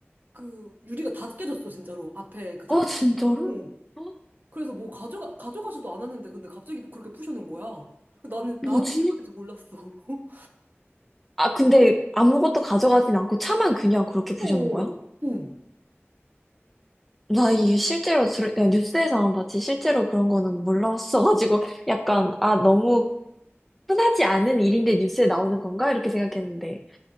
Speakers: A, on the right; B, in the centre.
A: 그 유리가 다 깨졌어, 진짜로. 앞에 그 자석.
B: 아, 진짜로?
A: 어.
B: 어?
A: 그래서 뭐 가져가, 가져가지도 않았는데, 근데 갑자기 그렇게 부셔는 거야. 나는, 나한테
B: 뭐지?
A: 일어날 줄 몰랐어. <laughs>
B: 아, 근데 아무것도 가져가진 않고 차만 그냥 그렇게 부셔놓은
A: 어,
B: 거야?
A: 응,
B: 나 이게 실제로 들, 내가 뉴스에서만 봤지 실제로 그런 거는 몰랐어가지고 <laughs> 약간 아 너무 흔하지 않은 일인데 뉴스에 나오는 건가? 이렇게 생각했는데